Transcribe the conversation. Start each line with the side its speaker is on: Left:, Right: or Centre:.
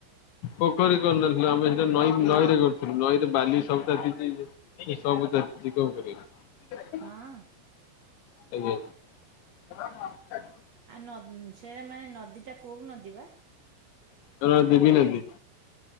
Left: ପୋଖରୀ କରନଥିଲୁ ଆମେ ସେଇଟା ନଈ ନଈରେ କରୁଥିଲୁ। ନଈରେ ବାଲି ସବୁ ତାତିଚି। ଏ ସବୁ ତାତିଚି କଣ କରିବା? କେମିତି
Right: ହଁ
Left: ହବ?
Right: ଆ ନଦ୍ ସେଆମାନେ ନଦୀଟା କୋଉ ନଦୀ ବା?
Left: ସେଇଟା ଦେବୀ ନଦୀ।